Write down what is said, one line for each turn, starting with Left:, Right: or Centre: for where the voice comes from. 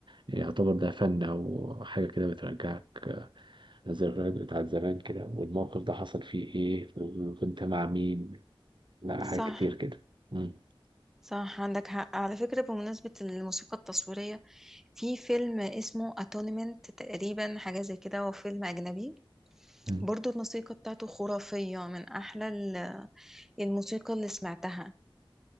Right: يعتبر ده فن أو حاجة كده بترجعك الذكريات بتاعت زمان كده والموقف ده حصل فيه إيه وكنت مع مين لا حاجات
Centre: صح
Right: كتير كده مم.
Centre: صح عندك حق على فكرة بمناسبة الموسيقى التصويرية في فيلم اسمه اتونمنت تقريبا حاجة زي كده هو فيلم أجنبي
Right: مم.
Centre: برضو الموسيقى بتاعته خرافية من أحلى ال- الموسيقى اللي سمعتها